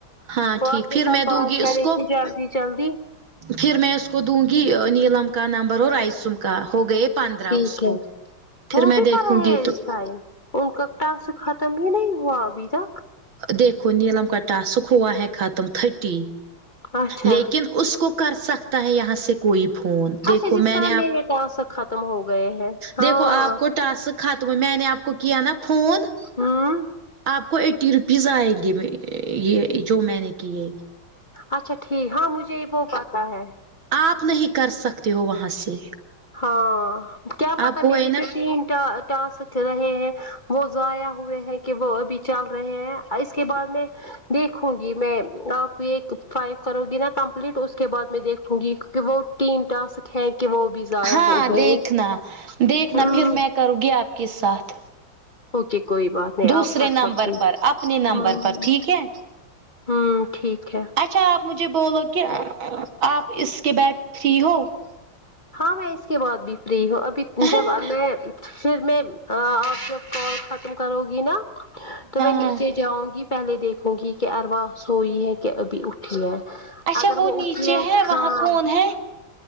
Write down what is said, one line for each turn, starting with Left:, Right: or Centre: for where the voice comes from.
Right: ہاں
Left: وہ
Right: ٹھیک
Left: اپ کے
Right: پھر
Left: ساتھ
Right: میں دوں
Left: پانچ
Right: اس
Left: کرے
Right: کو
Left: گی جلدی جلدی
Right: پھر میں اس کو دوں گی نیلم کا نمبر اور ائسم کا ہو گئے پندرہ
Left: ٹھیک
Right: اس
Left: ہے
Right: کو پھر
Left: وہ
Right: میں
Left: بھی
Right: دیکھوں
Left: کررہے
Right: گی
Left: ہیں
Right: تو
Left: اس ٹائم ان کا ٹاسک ختم ہی نہیں ہوا ابھی تک
Right: دیکھو نیلم کا ٹاسک ہوا ہے ختم تھرٹی
Left: اچھا
Right: لیکن اس کو کر سکتا ہے یہاں سے کوئی فون دیکھو
Left: اچھا جس
Right: میں
Left: طرح
Right: نے
Left: میرے
Right: آپ
Left: ٹاسک ختم ہو گئے ہیں ہاں
Right: دیکھو آپ کو ٹاسک ختم میں نے آپ کو کیا نا فون
Left: ہاں
Right: آپ کو ایٹی روپیز آئیں گے یہ جو میں نے کی ہے
Left: اچھا ٹھیک ہاں مجھے وہ پتا ہے
Right: آپ نہیں کر سکتے ہو وہاں سے
Left: ہاں کیا پتا
Right: آپ کو
Left: میری
Right: ہے نا
Left: جوتی انٹر ٹاسک رہے ہیں وہ ضایا ہوئے ہیں کہ وہ ابھی چل رہے ہیں اس کے بعد میں دیکھوں گی میں آپ ایک فائیو کرو گی نا کمپلیٹ اس کے بعد میں دیکھوں گی کہ وہ تین ٹاسک ہے کہ وہ بھی ضائع
Right: ہاں
Left: ہو گئے
Right: دیکھنا دیکھنا
Left: ہوں
Right: پھر میں کرونگی آپکے ساتھ
Left: اوکے کوئی بات نہیں
Right: دوسرے
Left: آپ کر
Right: نمبر
Left: سکتی
Right: پر اپنے نمبر
Left: ہمم
Right: پر ٹھیک ہے
Left: ہوں ٹھیک ہے
Right: اچھا آپ مجھے بولو کہ آپ اس کے بیڈ فری ہو
Left: ہاں میں اس کے بعد بھی فری ہوں ابھی
Right: ہاں
Left: جب میں پھر میں آپ جب کال ختم کرو گی نا تو میں
Right: ہاں
Left: نیچے جاؤں گی پہلے دیکھو گی کہ اروا سوئی ہے کہ ابھی اٹھی ہے
Right: اچھا
Left: اگر وہ
Right: نیچے
Left: اٹھی ہے
Right: وہاں
Left: ہاں
Right: کون ہے